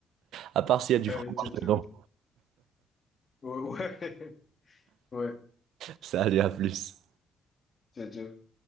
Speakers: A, on the right; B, on the left.
A: À part s'il y a du
B: Allez,
A: fromage
B: ciao, ciao.
A: dedans.
B: Ouais. <laughs> ouais.
A: Salut, à plus.
B: Tchau, tchau.